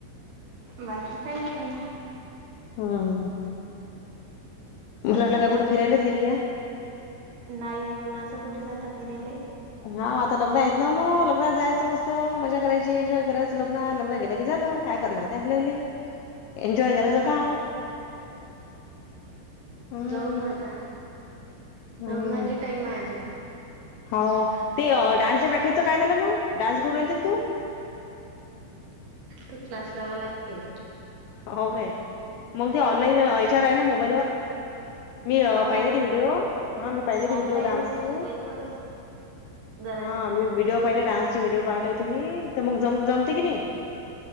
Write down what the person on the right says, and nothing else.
बाकी काय नाही.
तुमचा
नाही उन्हाच कुठे जाता फिरायला.
जा
जाऊन आता
लग्नाला टाईम आहे अजून.
तू क्लास लावा लागते.
हा
ऑनलाईनच
मोबाईल वरच जराशी
प्रॅक्टिस
करीन